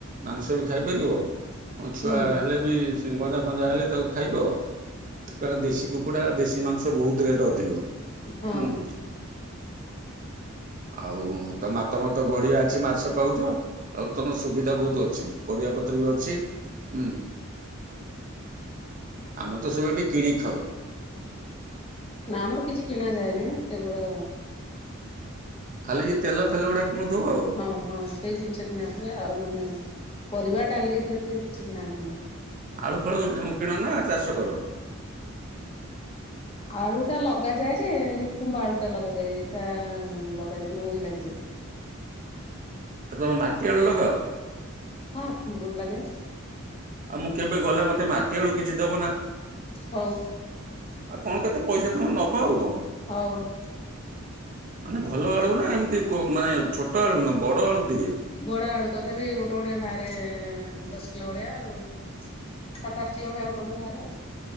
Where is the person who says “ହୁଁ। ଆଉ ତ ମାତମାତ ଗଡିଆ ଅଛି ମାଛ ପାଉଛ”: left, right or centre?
Right